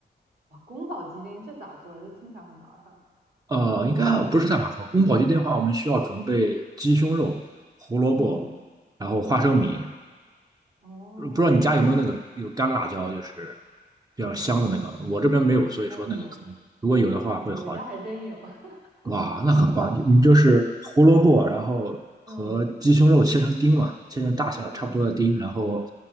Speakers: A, on the right; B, on the right.
A: 哇，宫保鸡丁这咋做？这听起来好麻烦。
B: 呃，应该不是太麻烦。宫保鸡丁的话，我们需要准备鸡胸肉、胡萝卜，
A: 嗯
B: 然后花生米。
A: 嗯，哦
B: 不知道你家有没有那个有干辣椒，就是比较香的那个。我这边没有，所以说那个可能如果有的话会好。
A: 哦有，呃我家还真有。<laughs>
B: 哇，那很棒！你就是胡萝卜，然后和鸡胸肉切成丁嘛，
A: 嗯
B: 切成大小差不多的丁，
A: 嗯，
B: 然后